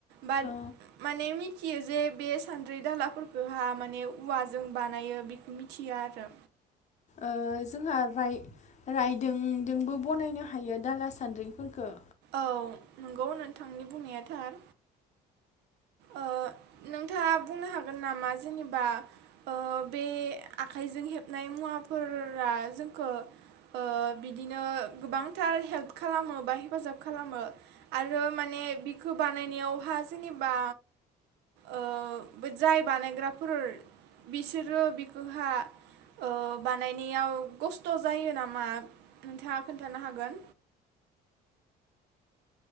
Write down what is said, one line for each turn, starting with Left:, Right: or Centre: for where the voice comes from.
Right: बाद
Left: औ
Right: माने मि मिथियो जे बे सान्द्रि दालाफोरखौहा माने औवाजों बानायो बेखौ मिथियो आरो
Left: ओ जोंहा राय रायदों ओम दोंबो बनायनो हायो दाला सान्द्रिफोरखो
Right: औ नंगौ नोंथांनि बुंनाया थार ओ नोंथाङा बुंनो हागोन नामा जेनेबा ओ बे आखाइजों हेबनाय मुवाफोररा जोंखौ ओ बिदिनो गोबांथार हेल्प खालामो बा हेफाजाब खालामो आरो माने बिखौ बानायनायावहा जेनेबा ओ बे जाय बानायग्राफोर बिसोरो बिखौहा ओ बानायनायाव खस्थ जायो नामा नोंथाङा खोन्थानो हागोन